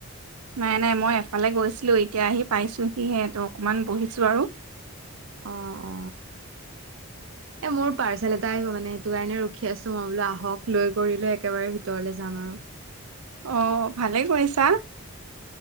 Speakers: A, on the right; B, on the right.
A: নাই নাই মই এফালে গৈছিলো এতিয়া আহি পাইছোহিহে ত অকণমান বহিছো আৰু
B: অ, অ, এ মোৰ পাৰ্চেল এটা আহিব মানে সেইটো কাৰণে ৰখি আছো মই বোলো আহক লৈ কৰি লৈ একেবাৰে ভিতৰলৈ যাম আৰু
A: অ ভালে কৰিছা